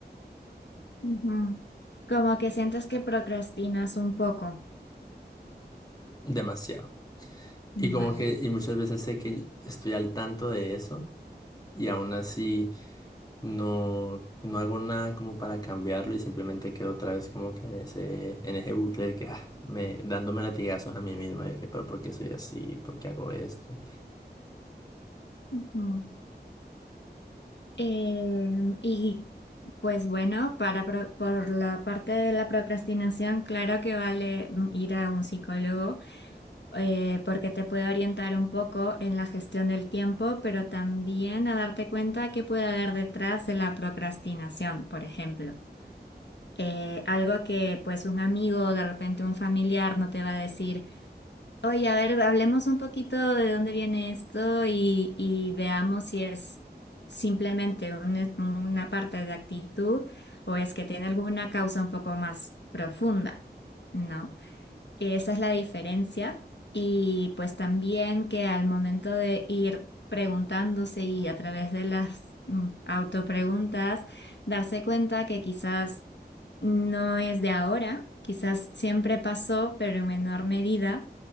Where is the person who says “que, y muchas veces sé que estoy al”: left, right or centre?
Left